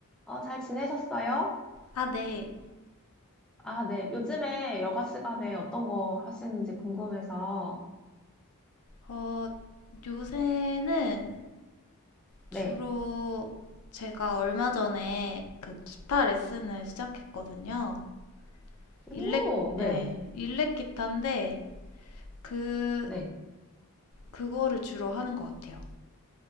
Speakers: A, in the centre; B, on the left.
A: 어, 잘 지내셨어요?
B: 아, 네.
A: 아, 네. 요즘에 여가 시간에 어떤 거 하시는지 궁금해서.
B: 어, 요새는 주로
A: 네.
B: 제가 얼마 전에 그 기타 레슨을 시작했거든요.
A: 오,
B: 일렉,
A: 네.
B: 네, 일렉 기타인데 그,
A: 네.
B: 그거를 주로 하는 것 같아요.